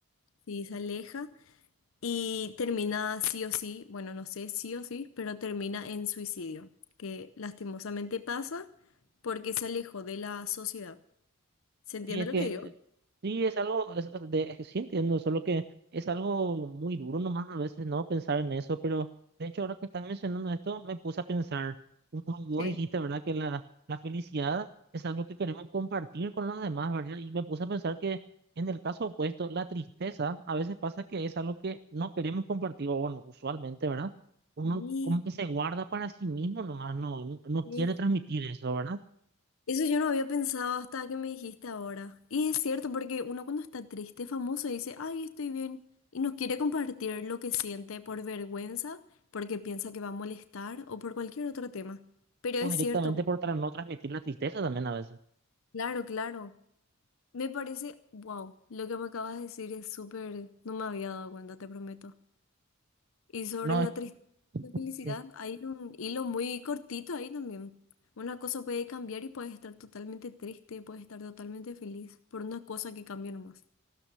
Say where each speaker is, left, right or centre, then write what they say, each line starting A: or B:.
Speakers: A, on the left (about 65°); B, on the right (about 45°).
A: sí, se aleja y termina sí o sí, bueno, no sé, sí o sí, pero termina en suicidio, que lastimosamente pasa porque se alejó de la sociedad. ¿Se entiende
B: Sí, es
A: lo
B: que
A: que digo?
B: sí es algo, es, es de- es que sí entiendo, solo que es algo muy duro nomás a veces no pensar en eso, pero de hecho ahora que estás mencionando esto me puse a pensar, justo vos
A: Sí.
B: dijiste, ¿verdad? Que la, la felicidad es algo que queremos compartir con los demás, ¿verdad? Y me puse a pensar que en el caso opuesto, la tristeza a veces pasa que es algo que no queremos compartir, o bueno, usualmente, ¿verdad? Uno
A: Sí,
B: como que se guarda para sí mismo nomás, no, no, no
A: sí,
B: quiere transmitir eso, ¿verdad?
A: Eso yo no había pensado hasta que me dijiste ahora. Y es cierto, porque uno cuando está triste, famoso, dice, ay, estoy bien, y no quiere compartir lo que siente por vergüenza, porque piensa que va a molestar o por cualquier otro tema. Pero es
B: O directamente
A: cierto,
B: por tra- no transmitir la tristeza también a veces.
A: claro, claro. Me parece, wow, lo que me acabas de decir es súper, no me había dado cuenta, te prometo. Y sobre
B: No,
A: la
B: es-
A: tristeza y la felicidad,
B: sí.
A: hay un hilo muy cortito ahí también. Una cosa puede cambiar y puedes estar totalmente triste, puedes estar totalmente feliz por una cosa que cambia nomás.